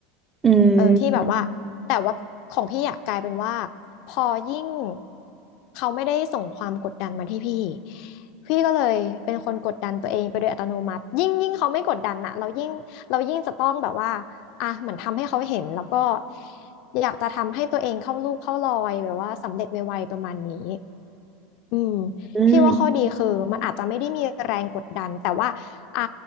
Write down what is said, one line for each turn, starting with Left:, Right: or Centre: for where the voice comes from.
Right: อืม
Left: เออที่แบบว่าแต่ว่าของพี่อะกลายเป็นว่าพอยิ่งเขาไม่ได้ส่งความกดดันมาที่พี่พี่ก็เลยเป็นคนกดดันตัวเองไปโดยอัตโนมัติยิ่งยิ่งเขาไม่กดดันอะเรายิ่งเรายิ่งจะต้องแบบว่าอ่ะเหมือนทำให้เขาเห็นแล้วก็อยากจะทำให้ตัวเองเข้าลูกเข้ารอยแบบว่าสำเร็จไวๆประมาณนี้ อืม
Right: อืม
Left: พี่ว่าข้อดีคือมันอาจจะไม่ได้มีแรงกดดันแต่ว่าอ่ะ